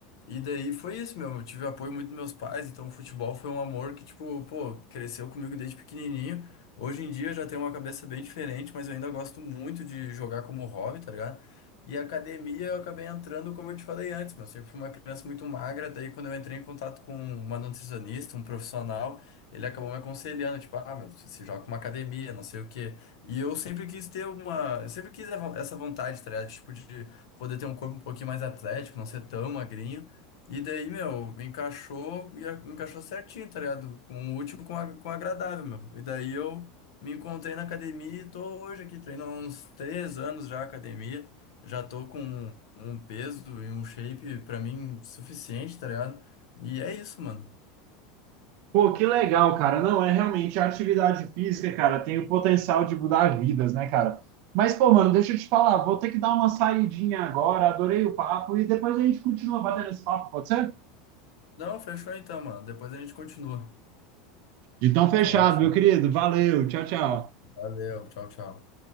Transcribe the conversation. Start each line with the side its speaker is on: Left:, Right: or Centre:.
Left: E daí foi isso, meu. Eu tive apoio muito dos meus pais, então o futebol foi um amor que, tipo, pô, cresceu comigo desde pequenininho. Hoje em dia eu já tenho uma cabeça bem diferente, mas eu ainda gosto muito de jogar como hobby, tá ligado? E a academia eu acabei entrando, como eu te falei antes, meu. Eu sempre fui uma criança muito magra, daí quando eu entrei em contato com uma nutricionista, um profissional, ele acabou me aconselhando, tipo, ah, meu, se joga com uma academia, não sei o quê. E eu sempre quis ter uma. Eu sempre quis essa vontade, tá ligado? Tipo, de poder ter um corpo um pouquinho mais atlético, não ser tão magrinho. E daí, meu, encaixou, e a- encaixou certinho, tá ligado? Com o útil com, a- com o agradável, meu. E daí eu me encontrei na academia e tô hoje aqui, treino há uns três anos já academia. Já tô com um um peso e um shape pra mim suficiente, tá ligado? E é isso, mano.
Right: Pô, que legal, cara. Não, é realmente a atividade física, cara, tem o potencial de mudar vidas, né, cara? Mas, pô, mano, deixa eu te falar, vou ter que dar uma saidinha agora, adorei o papo, e depois a gente continua batendo esse papo, pode ser?
Left: Não, fechou então, mano. Depois a gente continua.
Right: Então, fechado,
Left: Certinho.
Right: meu querido. Valeu, tchau, tchau.
Left: Valeu, tchau, tchau.